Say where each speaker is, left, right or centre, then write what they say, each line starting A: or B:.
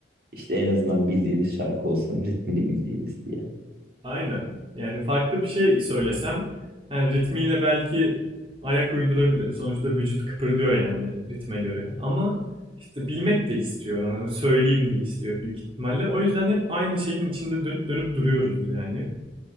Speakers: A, on the right (about 55°); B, on the right (about 30°).
A: İşte en azından bildiğimiz şarkı olsun, ritmini bildiğimiz diye.
B: Aynen. Yani farklı bir şey söylesem yani ritmiyle belki ayak uydurabilir. Sonuçta vücut kıpırdıyor yani ritme göre. Ama işte bilmek de istiyor. yani Söyleyeyim de istiyor büyük ihtimalle. O yüzden hep aynı şeyin içinde dönüp dönüp duruyoruz yani.